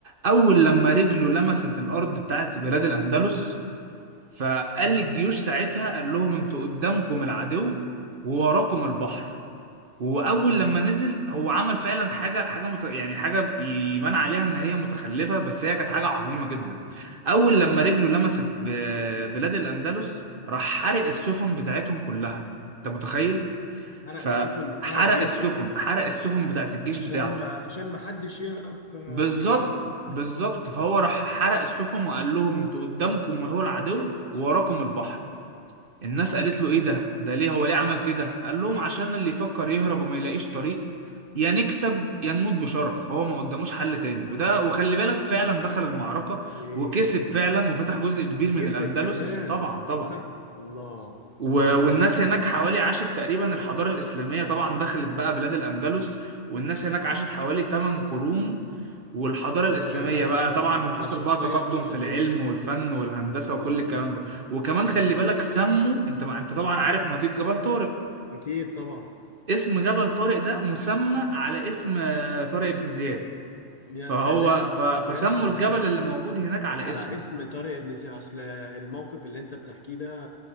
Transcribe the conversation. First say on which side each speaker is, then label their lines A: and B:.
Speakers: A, on the right; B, on the left.
A: أول لما رجله لمست الأرض بتاعت بلاد الأندلس فقال للجيوش ساعتها قال لهم أنتوا قدامكم العدو ووراكم البحر واول لما نزل هو عمل فعلا حاجه حاجه مت... يعني حاجه يبان عليها ان هي متخلفه بس هي كانت حاجه عظيمه جدا اول لما رجله لمست ب... بلاد الاندلس راح حرق السفن بتاعتهم كلها انت متخيل
B: حرق
A: فحرق
B: السفن بتاعت جيشه
A: السفن حرق السفن بتاعت الجيش
B: عشان
A: بتاعته
B: ما عشان ما حدش يهرب آه،
A: بالظبط
B: ويحاربه
A: بالظبط فهو راح حرق السفن وقال لهم انتوا قدامكم وهو العدو ووراكم البحر الناس قالت له ايه ده ده ليه هو ليه عمل كده قال لهم عشان اللي يفكر يهرب وما يلاقيش طريق يا نكسب يا نموت بشرف هو ما قداموش حل تاني وده وخلي بالك فعلا دخل المعركة
B: <clears throat> إيه،
A: وكسب فعلا وفتح جزء كبير
B: وكسب
A: من الأندلس
B: كمان
A: طبعا
B: وفتح
A: طبعا
B: الله
A: و-
B: الله
A: والناس
B: لا ده
A: هناك حوالي عاشت تقريبا الحضارة الإسلامية طبعا دخلت بقى بلاد الأندلس والناس هناك عاشت حوالي 8 قرون والحضارة الإسلامية
B: ده
A: بقى طبعا وحصل
B: ده شخصية
A: بقى تقدم
B: قيادية
A: في العلم والفن والهندسة
B: الله
A: وكل الكلام ده وكمان خلي بالك سموا انت ما انت طبعا عارف مضيق جبل طارق
B: أكيد طبعا
A: اسم جبل طارق ده مسمى على اسم آه، طارق بن زياد
B: يا
A: فهو
B: سلام
A: ف... فسموا
B: يا سلام
A: الجبل اللي موجود هناك على
B: على
A: اسمه
B: اسم طارق بن زياد أصل الموقف اللي أنت بتحكيه ده